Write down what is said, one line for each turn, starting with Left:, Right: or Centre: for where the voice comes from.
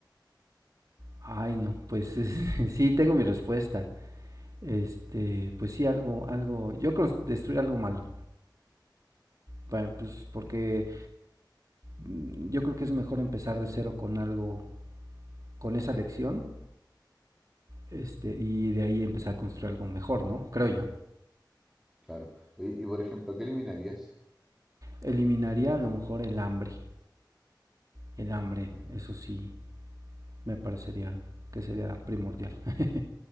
Right: Ay, no, pues <laughs> sí, tengo mi respuesta. Este, pues sí, algo, algo. Yo creo destruir algo malo. Pa- Pues porque mm, yo creo que es mejor empezar de cero con algo, con esa lección, Este, y de ahí empezar a construir algo mejor, ¿no? Creo yo.
Centre: Claro. Oye, y por ejemplo, ¿qué eliminarías?
Right: Eliminaría a lo mejor el hambre. El hambre,
Centre: Mm,
Right: eso sí, me parecería que sería primordial. <laughs>